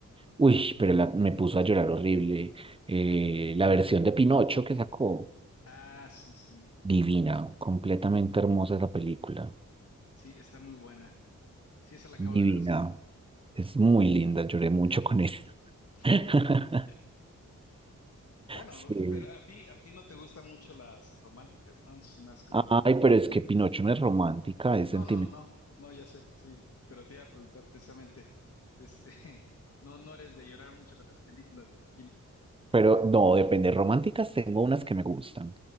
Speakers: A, on the right; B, on the left.
A: Uy, pero la- me puso a llorar horrible. Eh, la versión de Pinocho que sacó,
B: Ah, sí, sí.
A: divina, completamente hermosa esa película.
B: Sí, está muy buena. Sí, esa la acabo
A: Divina.
B: de ver hace poquito.
A: Es muy linda, lloré mucho con esa. <laughs>
B: <laughs> Bueno,
A: Sí.
B: pero a ti, a ti no te gustan mucho las románticas, ¿no? Es más como,
A: Ay, pero es que Pinocho no es romántica, es
B: no,
A: sentimental.
B: no, no, no, ya sé, sí, pero te iba a preguntar precisamente, este, <laughs> no, no eres de llorar mucho con las películas, me imagino.
A: Pero no, depende. Románticas tengo unas que me gustan.